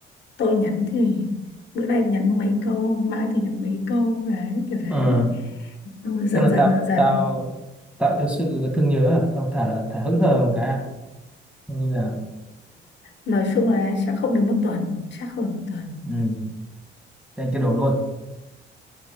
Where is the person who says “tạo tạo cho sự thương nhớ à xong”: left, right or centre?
Centre